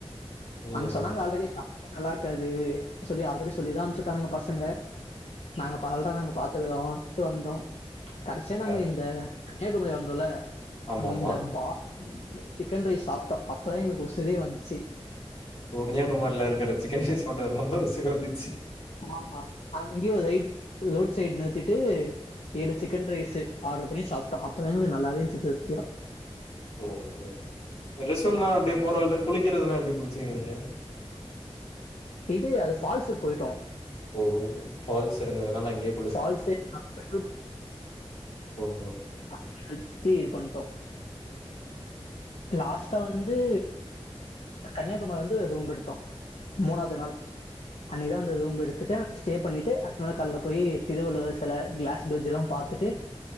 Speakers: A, on the left; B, on the left.
A: அங்க
B: ஓஹோ
A: சொன்னாங்க ஆல்ரெடி சாப்ட்டா நல்லா இருக்காது சொல்லி ஆல்ரெடி சொல்லிதான் அனுப்பிச்சுட்டானுக பசங்க நாங்க பரவால நாங்க பாத்துக்கறோம்ட்டு வந்தோம் கடைசியா நாங்க
B: அ
A: இந்த கன்னியாகுமரி வந்தோல
B: ஆமாமா
A: அங்க இந்த பா சிக்கன் ரைஸ் சாப்ட்டோம் அப்பதான் எங்களுக்கு உசுரே வந்துச்சு
B: கன்னியாகுமார்ல இருக்கற சிக்கன் ரைஸ் சாப்ட்டோன்னதா உசுரே வந்துச்சு
A: ஆமா அங்கேயே ஒரு ரைட் ரோட் சைட் நிருத்திட்டு ஏழு சிக்கன் ரைஸு ஆர்டர் பண்ணி சாப்ட்டோம் அப்போதா எங்களுக்கு நல்லாவே இருன்ச்சு திருப்தியா
B: ஓ ஓ ரெஸ்ட் ரூம்லா அப்டியே போறவலில்ல குளிக்கிறதுனா எப்டி குளிச்சீங்க நீங்க
A: இது அது ஃபால்ஸுக்கு போயிட்டோ
B: ஓ ஃபால்ஸ் இருந்ததுனால அங்யே
A: ஃபால்சே <inaudible>
B: ஓஹோ
A: அதுக்கடுத்தி இது பண்ட்டோ லாஸ்ட்டா வந்து கன்னியாகுமாரில வந்து ரூம் எடுத்தோ மூணாவது நாள் அன்னைகிதா வந்த ரூம்ப் எடுத்துட்டு ஸ்டே பண்ணிட்டு அடுத்த நாள் கால்ல போய் திருவள்ளுவர் சில கிளாஸ் பிரிஜ்லா பாத் த்துட்டு